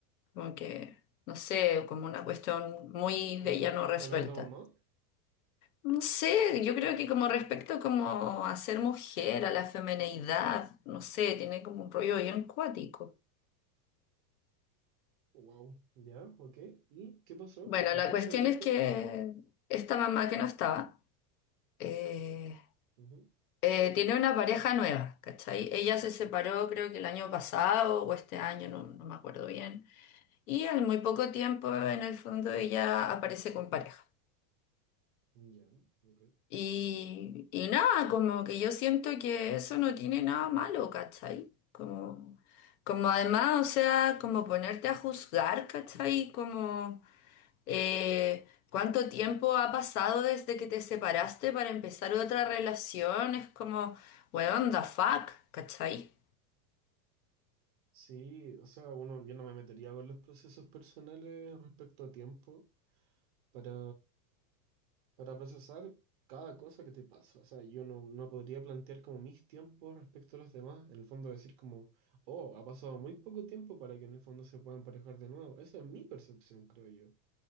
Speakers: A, on the left (about 60°); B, on the right (about 35°).
A: como que, no sé, como una cuestión muy
B: ¿Con
A: de ella
B: respecto
A: no resuelta.
B: a la otra mamá?
A: No sé, yo creo que como respecto como a ser mujer, a la femineidad, no sé, tiene como un rollo bien cuático.
B: Wow, ya, ok. ¿Y qué pasó?
A: Bueno,
B: ¿O
A: la
B: qué
A: cuestión
B: se dijo?
A: es que esta mamá que no estaba, eh,
B: Ujú.
A: eh, tiene una pareja nueva, ¿cachai? Ella se separó creo que el año pasado o este año, no, no me acuerdo bien, y al muy poco tiempo en el fondo ella aparece con pareja.
B: Ya, ok.
A: Y, y nada, como que yo siento que eso no tiene nada malo, ¿cachai? Como, como además, o sea, como ponerte a juzgar, ¿cachai? Como eh, cuánto tiempo ha pasado desde que te separaste para empezar otra relación, es como, weón, the fuck, ¿cachai?
B: Sí, o sea, uno, yo no me metería con los procesos personales respecto a tiempo para, para procesar cada cosa que te pasa. O sea, yo no, no podría plantear como mis tiempos respecto a los demás. En el fondo decir como, oh, ha pasado muy poco tiempo para que en el fondo se puedan emparejar de nuevo. Esa es mi percepción, creo yo.